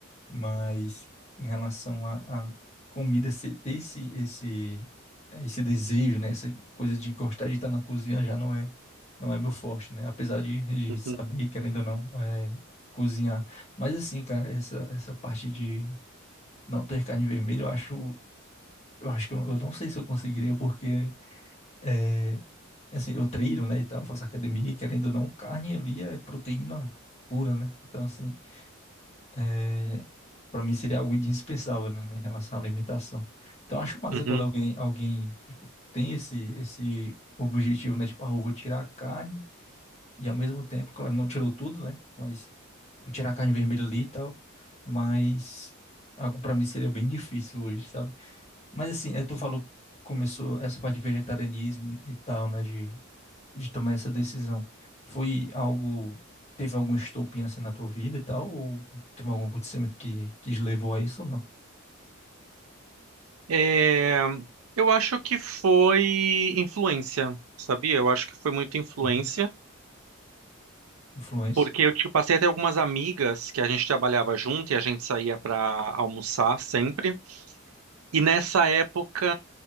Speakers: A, on the left (about 30°); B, on the right (about 85°).
A: Mas em relação à à comida, se- ter esse, esse, esse desejo, né? Essa coisa de gostar de estar na cozinha já não é, não é meu forte, né? Apesar de, de
B: Uhum.
A: saber, querendo ou não, é, cozinhar. Mas assim, cara, essa, essa parte de não ter carne vermelha, eu acho. Eu acho que eu, eu não sei se eu conseguiria, porque é, assim, eu treino, né, e tal, faço academia, e querendo ou não, carne ali é proteína pura, né? Então, assim, é, para mim seria algo indispensável, né, em relação à alimentação. Então, eu acho massa
B: Uhum.
A: quando alguém, alguém, tipo, tem esse, esse objetivo, né? Tipo, ah, eu vou tirar a carne, e ao mesmo tempo, claro, não tirou tudo, né? Mas vou tirar a carne vermelha ali e tal, mas algo para mim seria bem difícil hoje, sabe? Mas assim, é, tu falou que começou essa parte de vegetarianismo e tal, né? De, de tomar essa decisão. Foi algo. Teve algum estopim assim na tua vida e tal? Ou teve algum acontecimento que, que te levou a isso ou não?
B: É, eu acho que foi influência, sabia? Eu acho que foi muita influência,
A: Uhum. Influência?
B: porque eu tipo, passei até algumas amigas que a gente trabalhava junto e a gente saía para almoçar sempre. E nessa época,